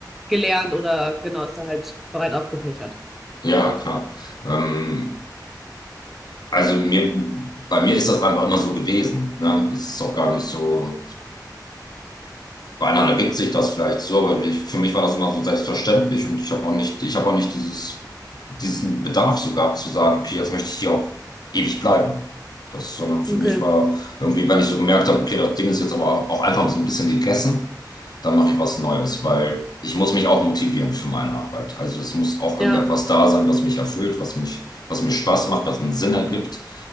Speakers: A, in the centre; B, on the left.
A: gelernt oder genau, ist da halt breit aufgefächert.
B: ja, klar. Ähm, also mir, bei mir ist das einfach immer so gewesen. Ne? Es ist auch gar nicht so. bei anderen ergibt sich das vielleicht so, aber ich, für mich war das immer so selbstverständlich und ich habe auch nicht, ich habe auch nicht dieses, diesen Bedarf so gehabt zu sagen, okay, jetzt möchte ich hier auch ewig bleiben. Das, sondern für
A: Okay.
B: mich war irgendwie, wenn ich so gemerkt habe, okay, das Ding ist jetzt aber auch auch einfach so ein bisschen gegessen, dann mache ich was Neues, weil ich muss mich auch motivieren für meine Arbeit. Also es muss auch irgendetwas
A: Ja.
B: da sein, was mich erfüllt, was mich, was mir Spaß macht, was einen Sinn ergibt.